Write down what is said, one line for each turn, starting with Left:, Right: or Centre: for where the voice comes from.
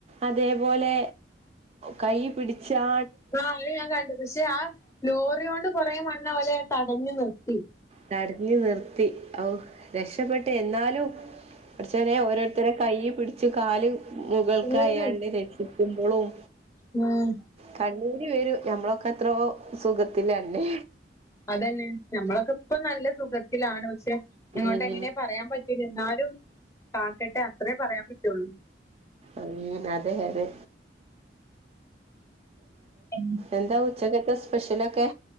Right: അതേപോലെ കൈ പിടിച്ചാ
Left: ആഹ് അത് ഞാൻ കണ്ടത് പക്ഷെ ആ ലോറി കൊണ്ട് കുറേ മണ്ണ് പോലെ തടഞ്ഞു നിർത്തി.
Right: തടിഞ്ഞു നിർത്തി ഓഹ് രക്ഷപ്പെട്ട് എന്നാലും പടച്ചോനേ ഓരോ ഇത്ര കൈ പിടിച്ച് കാല് മുകൾക്ക്
Left: ഉം
Right: അയാണ്ട് രക്ഷിക്കുമ്പോളും
Left: ഉംഹ്
Right: കണ്ണൂര് വരും. ഞമ്മളൊക്കെ എത്രോ സുഖത്തിലാല്ലേ.
Left: അത് തന്നെ നമ്മളൊക്കെ ഇപ്പ നല്ല സുഖത്തിലാണ് പക്ഷെ ഇങ്ങോട്ട്
Right: ഉം
Left: എങ്ങനെയാപറ പറയാൻ പറ്റൂല്ല. എന്നാലും കാക്കട്ടെ അത്രേ പറയാൻ പറ്റുള്ളൂ.
Right: ഉം അതെ അതെ
Left: ഉം
Right: എന്താ ഉച്ചകത്തെ സ്പെഷ്യലൊക്കെ?